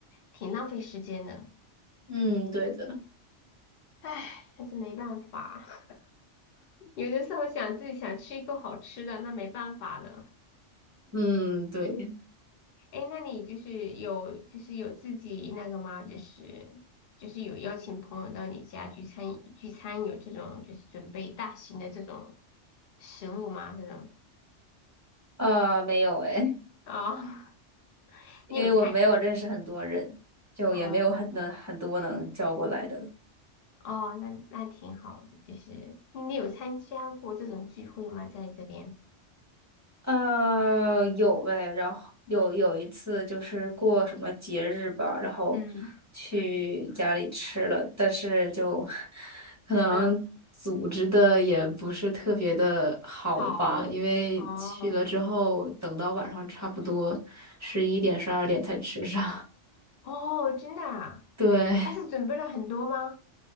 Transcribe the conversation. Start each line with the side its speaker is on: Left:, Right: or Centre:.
Left: 挺浪费时间的。
Right: <laughs> 嗯，对的，
Left: 唉，但是没办法，<laughs> 有的时候想自己想吃一口好吃的，那没办法的。
Right: <laughs> 嗯，对，
Left: 哎，那你就是有就是有自己那个吗？就是就是有邀请朋友到你家聚餐聚餐，有这种就是准备大型的这种食物吗？这种
Right: 呃，没有哎，
Left: 哦，<laughs>
Right: 因为我没有认识很多人，
Left: 你有菜
Right: 就也没有很能很多能叫过来的。
Left: 哦哦，那那挺好的，就是你有参加过这种聚会吗？在这边，
Right: 呃，有呗，然后有有一次就是过什么节日吧，然后
Left: 嗯，
Right: 去家里吃了，但是就 <laughs> 可能组织的也不是特别的好吧，
Left: 嗯，好
Right: 因为去了之后，
Left: 哦
Right: 等到晚上差不多十一点、十二点才吃上。
Left: 哦，真的啊，
Right: <laughs> 对，
Left: 他是准备了很多吗？